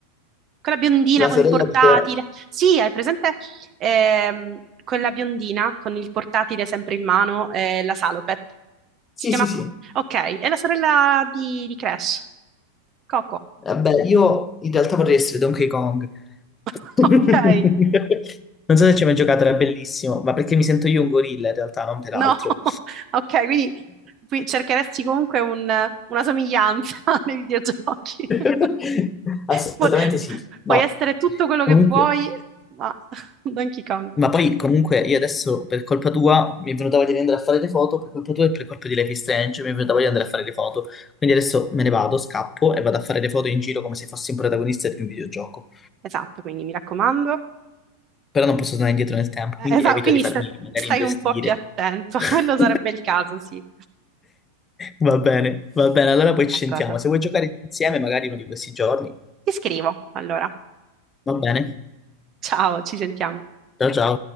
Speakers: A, on the right (about 30°); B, on the left (about 20°).
A: Quella biondina
B: La
A: con
B: sorella
A: il portatile.
B: di Crash.
A: Sì, hai presente ehm, quella biondina con il portatile sempre in mano, eh, la Salopet.
B: Sì,
A: Si chiama
B: sì, sì.
A: Co- Ok, è la sorella di, di Crash. Coco.
B: Vabbè, io in realtà vorrei essere Donkey Kong.
A: <laughs>
B: <laughs>
A: Ok.
B: Non so se ci hai mai giocato, era bellissimo, ma
A: <laughs>
B: perché mi sento io un gorilla in realtà, non per
A: No,
B: altro.
A: <laughs> ok, quindi qui cercheresti comunque un- una somiglianza <laughs> nei videogiochi.
B: <laughs>
A: <laughs>
B: Assolutamente
A: Puoi,
B: sì. No.
A: puoi essere tutto quello
B: Comunque.
A: che vuoi, ma <laughs> Donkey Kong.
B: Ma poi comunque io adesso per colpa tua mi è venuta voglia di andare a fare le foto, per colpa tua e per colpa di Life is Strange mi è venuta voglia di andare a fare le foto. Quindi adesso me ne vado, scappo e vado a fare le foto in giro come se fossi un protagonista di un videogioco.
A: Esatto, quindi mi raccomando.
B: Però non posso tornare indietro nel tempo,
A: Eh,
B: quindi
A: Esatto,
B: evito
A: quindi
B: di farmi
A: sta-
B: magari
A: stai
B: investire.
A: un po' più attento, <laughs> quello
B: <laughs>
A: sarebbe il caso, sì.
B: Va bene, va bene, allora poi
A: D'accordo.
B: ci sentiamo. Se vuoi giocare insieme magari uno di questi giorni,
A: Ti scrivo, allora.
B: va bene.
A: Ciao, ci sentiamo.
B: Ciao ciao.